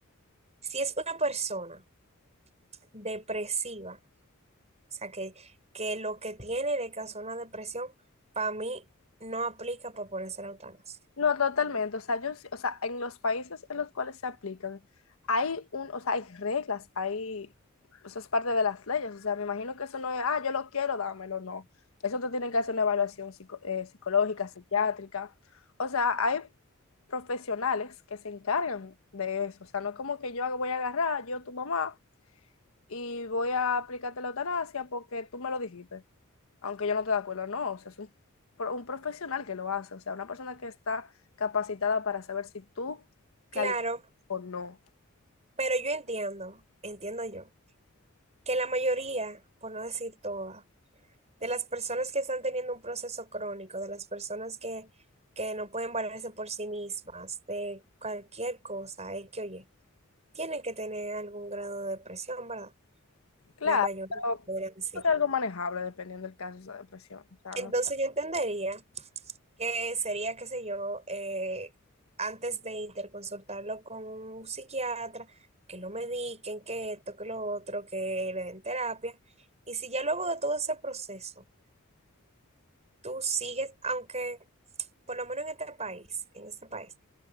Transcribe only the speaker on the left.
No, totalmente. O sea, yo, sí- o sea, en los países en los cuales se aplican, hay un, o sea, hay reglas, hay, eso es parte de las leyes. O sea, me imagino que eso no es, ah, yo lo quiero, dámelo, no. Eso te tienen que hacer una evaluación psico- eh, psicológica, psiquiátrica. O sea, hay profesionales que se encargan de eso. O sea, no es como que yo voy a agarrar, yo tu mamá, y voy a aplicarte la eutanasia porque tú me lo dijiste aunque yo no estoy de acuerdo, no, o sea, es un, pro- un profesional que lo hace, o sea, una persona que está capacitada para saber si tú
calificas o no.
Claro,
pero
es algo manejable dependiendo del caso de esa depresión. O sea,
no,